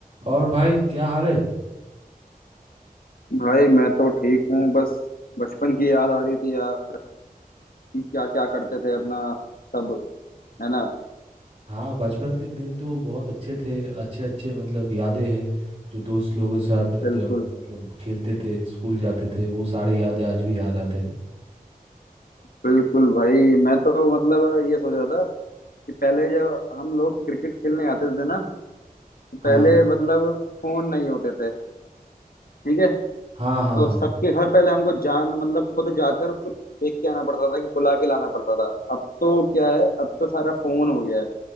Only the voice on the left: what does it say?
भाई मैं तो ठीक हूँ बस बचपन की याद आ रही थी यार कि क्या क्या करते थे अपना सब है ना
बिल्कुल
बिल्कुल भाई मैं तो मतलब ये सोच रहा था कि पहले जब हम लोग क्रिकेट खेलने आते थे ना तो पहले
मतलब फोन नहीं होते थे ठीक है
तो
सबके घर पहले हमको जान मतलब खुद जाकर खुद देख के आना पड़ता था कि बुला के लाना पड़ता था अब तो क्या है अब तो सारा फोन हो गया है